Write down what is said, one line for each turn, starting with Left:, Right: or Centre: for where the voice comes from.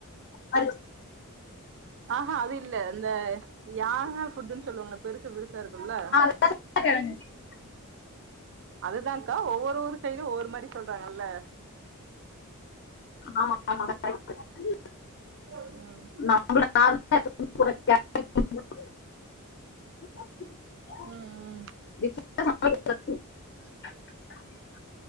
Left: அது
Right: அ ஆ அது இல்ல இந்த யான ஃபுட்ன்னு சொல்லுவாங்கள பெருசு பெருசா இருக்குல்ல
Left: <unintelligible>
Right: அதுதான்கா ஒவ்வொரு ஊரு சைடூ ஒவ்வொரு மாரி சொல்றாங்கல்ல
Left: ஆமா ஆமா அது கரெக்ட்
Right: ம்
Left: <inaudible> <inaudible>
Right: ம் ம்
Left: <unintelligible>